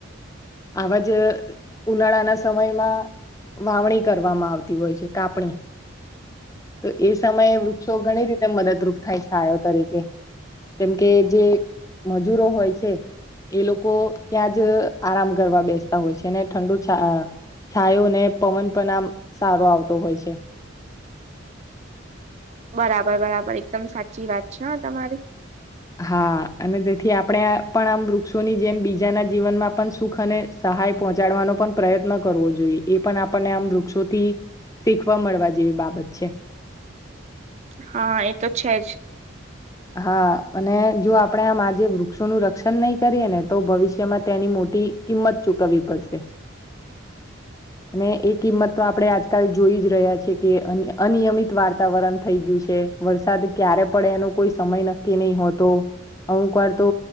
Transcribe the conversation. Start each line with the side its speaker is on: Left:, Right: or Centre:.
Left: આવા જ ઉનાળાના સમયમાં વાવણી કરવામાં આવતી હોય છે, કાપણી તો એ સમયે વૃક્ષો ઘણી રીતે મદદરૂપ થાય છાયો તરીકે કેમ કે જે મજૂરો હોય છે એ લોકો ત્યાં જ આરામ કરવા બેસતા હોય છે ઠંડુ છ છાયો ને પવન પણ આમ સારો આવતો હો હોય છે.
Right: બરાબર બરાબર એકદમ સાચી વાત છે હો તમારી
Left: હા અને તેથી આપણે પણ આમ વૃક્ષોની જેમ બીજાના જીવનમાં પણ સુખ અને સહાય પહોંચાડવાનો પણ પ્રયત્ન કરવો જોઈએ એ પણ આપણને આમ વૃક્ષોથી શીખવા મળવા જેવી બાબત છે.
Right: હા એ તો છે જ.
Left: હા અને જો આપણેે આમ આજે વૃક્ષોનું રક્ષણ નહી કરીયે ને તો ભવિષ્યમાં તેની ટી કિંમત ચૂકાવી પડશે. અને એ કિંમત તો આપણે આજકાલ જોઈ જ રહ્યા છે કે અનિયમિત વાર્તાવરણ થઈ ગયું છે. વરસાદ ક્યારે પડે એનો કોઈ સમય નક્કી નહી હોતો. અમુક વાર તો